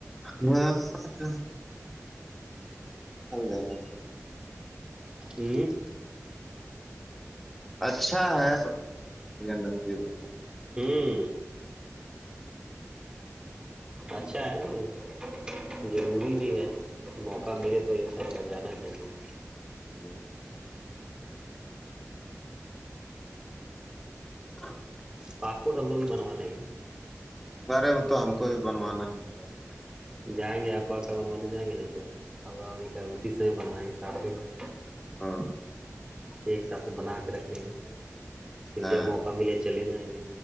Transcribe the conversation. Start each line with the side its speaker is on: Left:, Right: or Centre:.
Centre: ہاں <inaudible> اگا گا <inaudible>
Right: ہوں <inaudible>
Centre: اچھا ہے نصیب ہوتا ہے <inaudible>
Right: ہوں <inaudible> اچھا ہے نہیں ضروری بھی ہے <inaudible> موقع ملے تو ان شاء اللہ جانا چاہیے <inaudible>
Centre: جی <inaudible> ہ <inaudible>
Right: پاسپورٹ ہم لوگ بنا لیں گے
Centre: ارے وہ تو ہم کو بھی بنوانا ہےاس <inaudible>
Right: جائیں گے ابا کا بنوانے جائیں گے نہیں تو ابا اب کا اسی سے بنوائیں گے سات میں <inaudible>
Centre: ہاں <inaudible>
Right: ایک ساتھ میں بنا کے رکھ لیں گے پھر
Centre: ہاں
Right: جب موقع ملے چلے جائیں گے